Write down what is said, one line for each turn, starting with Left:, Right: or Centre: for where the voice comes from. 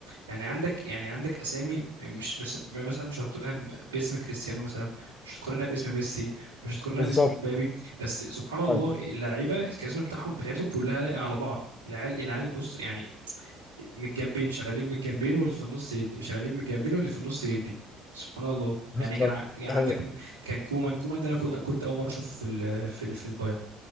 Right: يعني عندك يعني عندك أسامي مش مش- مثلا مش هتقارنها ب- باسم كريستيانو مثلا مش هتقارنها باسم ميسي مش هتقارنها
Left: بالظبط
Right: باسم مبابي بس سبحان الله
Left: ايوه
Right: اللعيبة الكاريزما بتاعهم بتاعتهم كلها لايقة على بعض العيال العيال بص يعني من الجنبين شغالين من الجنبين واللي في النص يدي شغالين من الجنبين واللي في النص يدي سبحان الله
Left: بالظبط
Right: يعني كان ع- يعني
Left: ده
Right: عندك
Left: هي
Right: كان كومان كومان ده انا كو- كنت اول مره اشوفه في ال في ال في البايرن